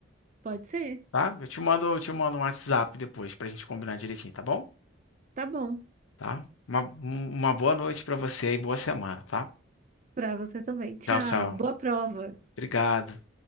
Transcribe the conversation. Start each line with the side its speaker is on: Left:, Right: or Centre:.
Right: Pode ser?
Left: Tá? Eu te mando, eu te mando um WhatsApp depois pra gente combinar direitinho, tá bom?
Right: Tá bom.
Left: Tá? Uma, um- uma boa noite pra você e boa semana, tá?
Right: Pra você também. Tchau,
Left: Tchau, tchau.
Right: boa prova.
Left: Obrigado.